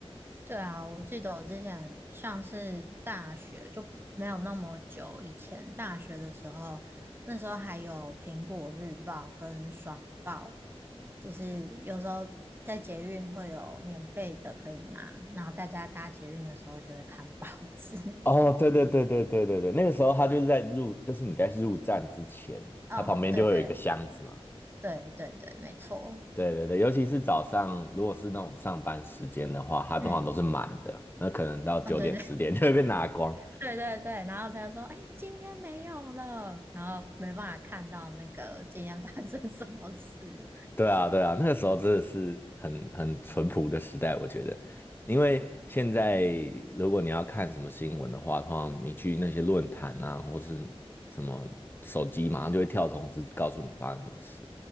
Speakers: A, on the right; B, on the left.
A: 对啊，我记得我之前像是大学就不没有那么久以前，大学的时候，那时候还有《苹果日报》跟《爽报》，就是有时候在捷运会有免费的可以拿，然后大家搭捷运的时候就会看报纸。<laughs>
B: 哦，对对对对对对对，那个时候他就是在入，就是你在入站之前，
A: 哦，
B: 他旁边就会有一个箱子嘛。
A: 对对对对对，没错。
B: 对对对，尤其是早上，如果是那种上班时间的话，它通常都是满的，
A: 嗯，
B: 那可能到九点十点就会被拿光。
A: 啊，对对，对对对，然后他就说：“哎，今天没有了。”然后没办法看到那个今天发生什么事。
B: 对啊，对啊，那个时候真的是很很淳朴的时代，我觉得，因为现在如果你要看什么新闻的话，通常你去那些论坛啊，或是什么手机，马上就会跳通知告诉你发生什么事，